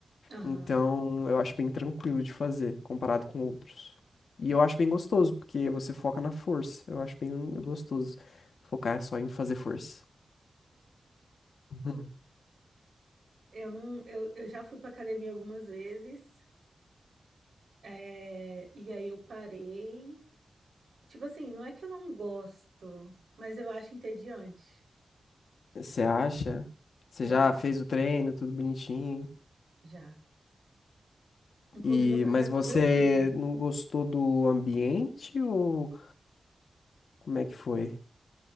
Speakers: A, on the right (about 55°); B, on the left (about 70°).
A: Aham.
B: Então eu acho bem tranquilo de fazer comparado com outros. E eu acho bem gostoso, porque você foca na força. Eu acho bem gostoso focar só em fazer força. <laughs>
A: Eu não, eu, eu já fui pra academia algumas vezes, é, e aí eu parei. Tipo assim, não é que eu não gosto, mas eu acho entediante.
B: Você acha? Você
A: Eu
B: já
A: acho,
B: fez o treino, tudo bonitinho.
A: já. Inclusive,
B: E
A: eu fazia
B: mas
A: com
B: você
A: meu primo.
B: não gostou do ambiente ou como é que foi?